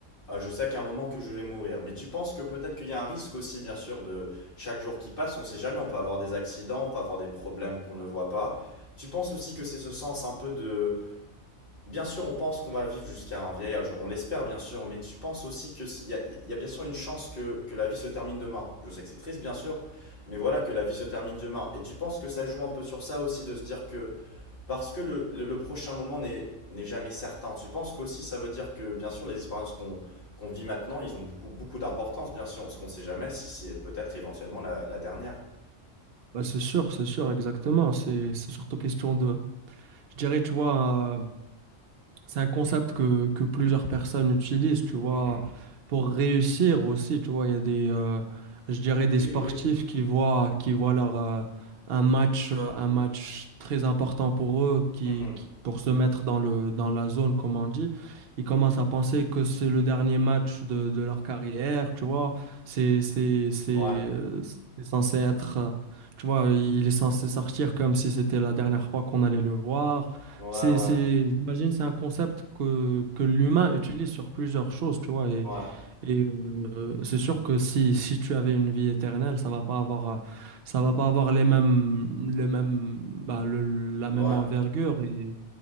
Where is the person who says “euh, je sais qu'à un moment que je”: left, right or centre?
Left